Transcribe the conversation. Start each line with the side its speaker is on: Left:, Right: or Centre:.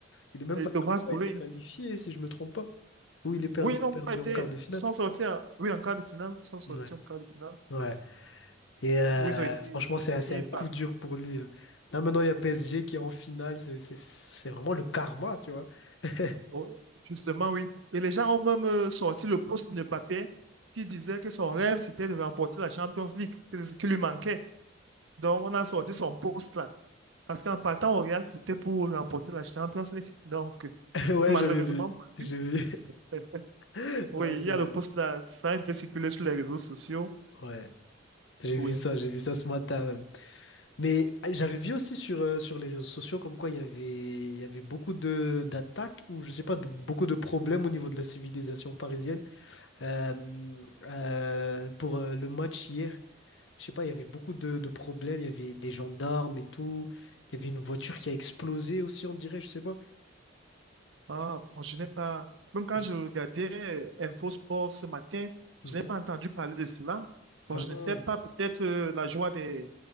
Left: Il n'a même
Right: Et
Left: pas,
Right: dommage
Left: il a même pas
Right: pour
Left: été
Right: lui.
Left: qualifié, si je me trompe pas. Oui, il est perdu,
Right: Oui, ils
Left: il
Right: n'ont
Left: a perdu
Right: pas été,
Left: en quart de finale.
Right: ils sont sortis en, oui, en quart de finale, ils sont sortis
Left: Ouais.
Right: en quart de finale.
Left: Ouais. Et euh,
Right: Oui, ils ont été
Left: franchement, c'est, un- c'est
Right: mis
Left: un coup
Right: par-
Left: dur pour lui. hein. Là, maintenant, il y a PSG qui est en finale. C'est c'est- c'est vraiment le karma, tu vois. <laughs>
Right: oh, justement, oui. Et les gens ont même euh, sorti le poste de Mbappé qui disait que son rêve, c'était de remporter la Champions League, que c'est ce qui lui manquait. Donc, on a sorti son poste là. Parce qu'en partant au Real, c'était pour remporter la Champions League. Donc, euh,
Left: Ouais,
Right: malheureusement,
Left: j'avais vu. J'ai vu.
Right: <laughs>
Left: <laughs>
Right: oui,
Left: Ouais, c'est
Right: il y a
Left: vrai.
Right: le poste là, ça a un peu circulé sur les réseaux sociaux.
Left: Ouais. J'ai
Right: Oui,
Left: vu ça, j'ai vu ça ce matin. Mais ah, j'avais vu aussi sur, euh, sur les réseaux sociaux comme quoi il y avait, il y avait beaucoup de d'attaques ou je sais pas, de- beaucoup de problèmes au niveau de la civilisation parisienne. Euh, euh, pour euh, le match hier, je sais pas, il y avait beaucoup de, de problèmes, il y avait des gendarmes et tout. Il y avait une voiture qui a explosé aussi, on dirait, je sais pas.
Right: Ah, bon, je n'ai pas. Même quand
Left: Je-
Right: je regardais euh, Info Sport ce matin,
Left: Mhm.
Right: je n'ai pas entendu parler de cela.
Left: Ah,
Right: Bon, je ne sais pas, peut-être euh, la joie des,